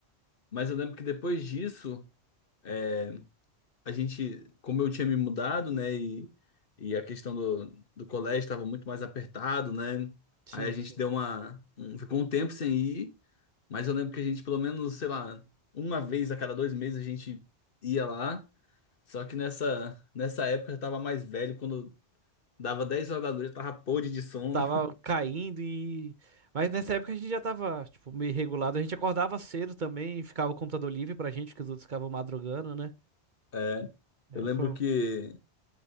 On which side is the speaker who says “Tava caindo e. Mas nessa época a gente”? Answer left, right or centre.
Right